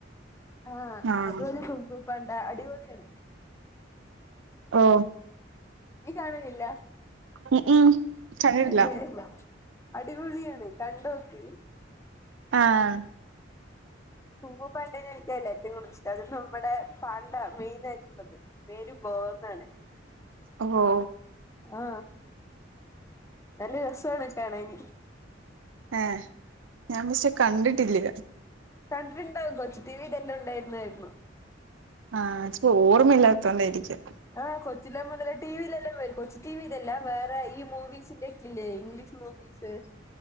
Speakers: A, on the left (about 15°); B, on the right (about 85°).
A: ആ
B: ആഹ്
A: അതുപോലെ കുപൂ പാണ്ട അടിപൊളിയാണ്
B: ഓ
A: നീ കാണനില്ല
B: ഉം ഉം കണ്ടിട്ടില്ല
A: എന്തേ അടിപൊളിയാണ് കണ്ടോക്ക്
B: ആഹ്
A: കുപൂ പേട്ടെനെ <unintelligible> അത് നമ്മുടെ പാണ്ട മെയിനായിട്ടുള്ളത് പേര് ബോ ന്നാണ്
B: അവോ
A: ആ നല്ല രസോണ് കാണാന്
B: ഏ ഞാൻ പക്ഷെ കണ്ടിട്ടില്ല
A: കണ്ടിട്ടുണ്ടാവും കൊച്ചു ടി വി തന്നെ ഉണ്ടായിരുന്നതായിരുന്നു
B: ആ ച്പ്പോ ഓർമ്മയില്ലാത്തോണ്ടായിരിക്കും
A: ആ കൊച്ചിലെ മുതലേ ടിവിയിലെല്ലാം വരും കൊച്ചി ടിവിയിലല്ല വേറെ ഈ മൂവീസിന്റെക്കില്ലേ ഇംഗ്ലീഷ് മൂവി വീസ്